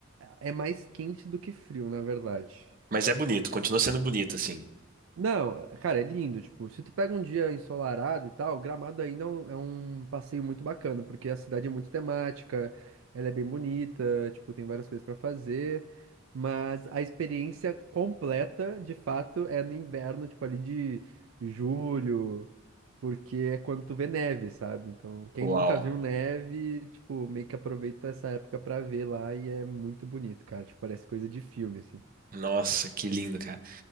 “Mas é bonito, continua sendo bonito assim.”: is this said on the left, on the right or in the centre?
Right